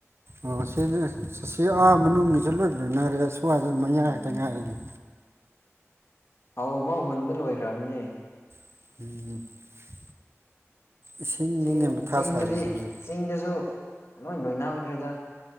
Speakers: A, on the right; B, on the left.
A: ꯑꯣ ꯁꯤꯅꯤ ꯁꯁꯤ ꯑꯥ ꯃꯅꯨꯡꯒꯤꯁꯨ ꯂꯣꯏ ꯂꯣꯏꯅꯔꯦ ꯃꯌꯥꯏ
B: ꯎꯝ
A: ꯈꯇꯪ ꯉꯥꯏꯔꯦꯅꯦ
B: ꯐꯥꯎꯕꯥꯎ ꯍꯨꯟꯕ ꯂꯣꯏꯈ꯭ꯔꯝꯅꯦ
A: <inaudible> ꯏꯁꯤꯡꯒꯤꯅꯦ
B: ꯆꯤꯡ
A: ꯃꯊꯥ
B: ꯆꯤꯡꯗꯗꯤ
A: ꯁꯥꯔꯤꯁꯦ ꯍꯧꯖꯤꯛ
B: ꯆꯤꯡꯗꯖꯨ ꯂꯣꯏ ꯂꯣꯏꯅꯈ꯭ꯔꯦꯗ